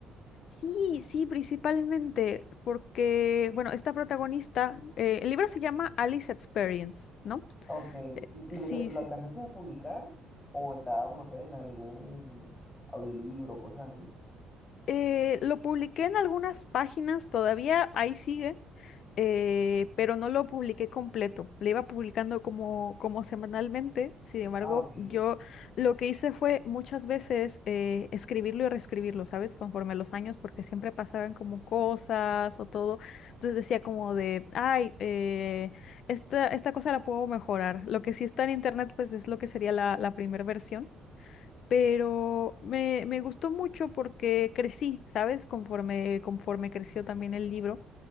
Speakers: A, on the left (about 65°); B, on the left (about 20°).
A: Sí, sí, principalmente porque, bueno, esta protagonista, eh, el libro se llama Alice Experience, ¿no?
B: Ok. ¿Y,
A: Sí,
B: y lo, te- lo
A: sí.
B: alcanzaste a publicar o estaba, no sé, en algún audiolibro o cosas así?
A: Eh, lo publiqué en algunas páginas, todavía ahí sigue. eh, pero no lo publiqué completo. Le iba publicando como, como semanalmente. Sin embargo,
B: Ah, ok. Sí,
A: yo lo que hice fue muchas veces eh, escribirlo y reescribirlo, ¿sabes? Conforme a los años, porque siempre pasaban como cosas o todo. Entonces decía como de, ay, eh, esta, esta cosa la puedo mejorar. Lo que sí está en internet, pues es lo que sería la, la primera versión. Pero me, me gustó mucho porque crecí, ¿sabes? Conforme, conforme creció también el libro.